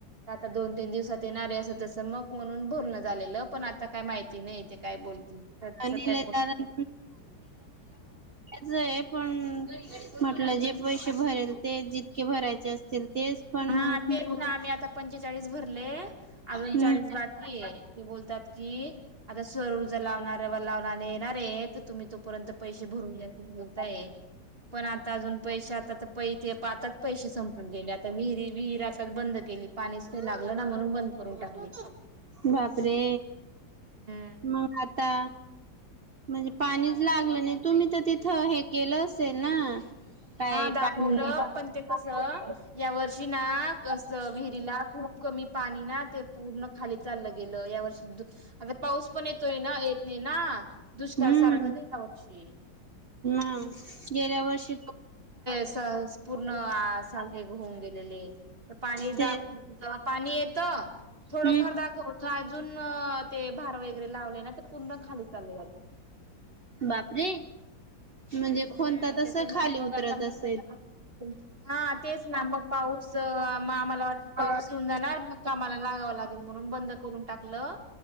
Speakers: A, on the right; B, on the right.
A: तर दोन तीन दिवसात येणारे. असं तसं मग म्हणून बोलणं झालेलं. पण आता काय माहिती नाही. ते काय बोलतील तस काय
B: निलेदारान
A: बोलणार-
B: च आहे. पण म्हटलं जे पैसे भरेल ते जितके भरायचे असतील- तेच पण
A: हा
B: मग
A: तेच ना. आम्ही आता पंचवीस - चाळीस भरले अजून
B: हम्म
A: चाळीस बाकीये ते बोलतात की आता - सरूजर लावणारे व लावणारे येणारेत. तुम्ही तोपर्यंत पैसे भरून द्या अस बोलताय. पण आता अजून पैसे आता पै- ते आाताच पैसेे संपून गेले. आता विहिरी -विहीर आताच बंद केली. पाणीच नाही लागलं ना म्हणून बंद- करून टाकली.
B: बापरे!
A: हम्म
B: म आता? म्हणजे पाणीच लागलं नाही. तुम्ही तर तिथं हे केलं असेल ना? काय
A: हा. दाखवलं
B: पाणी
A: पण ते कस या वर्षी- तीना कसं विहिरीला खूप कमी पाणी ना ते पूर्ण खाली- चाललं गेलं या वर्षी. पाऊस पण येतोय ना? येत नाही ना. दुष्काळ
B: हम्म
A: सारखंच आहे यावर्षी.
B: पाऊस गेल्या वर्षी-
A: स पूर्ण असहाय होऊन गेलेले तर पाणी
B: ते
A: दा- आणि येत. थोडंफार
B: हम्म
A: दाखवत अजून ते भार वगैरे लावले ना? पुन्हा खाली चालल जातय.
B: बापरे म्हणजे
A: हम्म
B: कोणता तसं
A: त्याच्यामुळं
B: खाली उतरत असेल.
A: <unintelligible> हा तेच ना मग. पाऊस, आम्हाला वाटल पाऊस
B: मला
A: येऊन जाणार. मग कामाला लागावं लागेल. म्हणून बंद करून टाकलं-